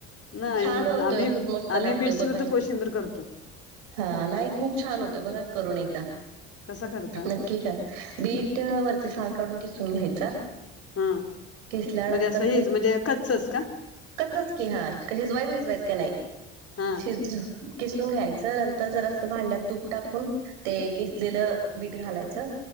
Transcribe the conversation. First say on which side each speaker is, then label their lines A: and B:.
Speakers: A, on the left; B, on the right.
A: नाही
B: छान होतोय,
A: आम्ही
B: खूप मस्त लागतोय
A: आम्ही बीटची
B: बघा
A: फक्त
B: एक
A: कोशिंबीर करतो
B: हा नाही खूप छान होते बघा करून एकदा
A: कसा करता
B: <unintelligible> की कर बीट वरती साल काढून किसून घ्यायचा
A: हम्म
B: किसल्यानंतर
A: म्हणजे असं हेच म्हणजे कच्चच का?
B: कच्चाच की हा शिजवाय बिजवायचं का नाही.
A: हा
B: शिजु किसून घ्यायचं नंतर जर असं भांड्यात तूप टाकून ते कीसलेलं बीट घालायचं.